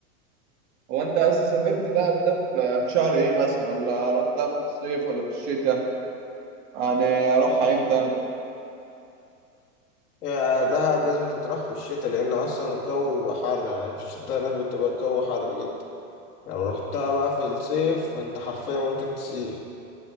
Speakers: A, on the right; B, on the left.
A: هو أنت أصلا سافرت دهب ده في في شهر إيه مثلا ولا رحتها في الصيف ولا في الشتاء؟ يعني أروحها إمتى أنا؟
B: يا دهب لازم تتراح في الشتاء لأن أصلا الجو بيبقى حر يعني في الشتاء هناك بتبقى الجو حر جدا لو رحتها بقى في الصيف أنت حرفيا ممكن تسيح